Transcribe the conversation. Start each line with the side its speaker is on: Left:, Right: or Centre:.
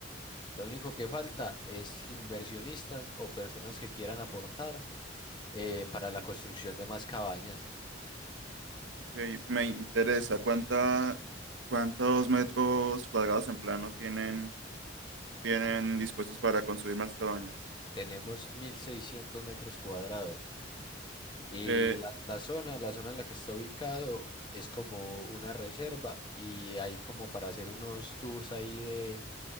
Left: Lo único que falta es inversionistas o personas que quieran aportar eh, para la construcción de más cabañas.
Right: Ok, me interesa. ¿Cuánta, cuántos metros cuadrados en plano tienen, tienen dispuestos para construir más cabañas?
Left: Tenemos 1.600 metros cuadrados y
Right: Eh,
Left: la, la zona, la zona en la que está ubicado es como una reserva y hay como para hacer unos tours ahí de